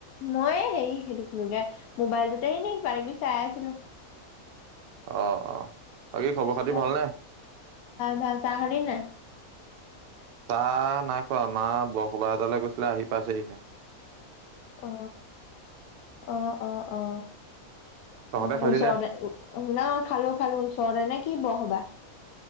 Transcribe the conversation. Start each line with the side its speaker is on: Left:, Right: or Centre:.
Left: মইয়ে হেৰি সেইটো কোগে মোবাইলটোতে এনে কিবা-কিবি চাই আছিলো।
Right: অ, অ। বাকী খবৰ খাতি
Left: ভাল,
Right: ভালনে
Left: ভাল চাহ খালি নে নাই?
Right: চাহ নাই খোৱা, মা বসবাহ এতলৈ কৈছিলে আহি পাইছেহি হে
Left: অ, অ, অ, অ,
Right: তহঁতে
Left: অ
Right: খালি
Left: ওচৰৰে
Right: নে
Left: না খালো খালো ওচৰৰে নে কি বসবা?